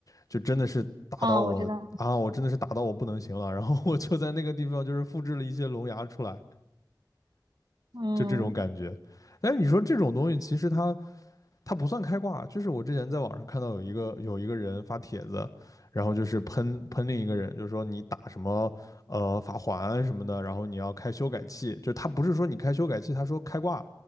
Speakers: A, on the left; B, on the right.
A: 就真的是打到我啊，
B: 啊，我知道，
A: 我真的是打到我不能行了，然后我就在那个地方就是复制了一些龙牙出来，
B: 嗯，
A: 就这种感觉。但是你说这种东西，其实它它不算开挂，就是我之前在网上看到有一个有一个人发帖子，然后就是喷喷另一个人，就是说你打什么呃法环什么的，然后你要开修改器，就他不是说你开修改器，他说开挂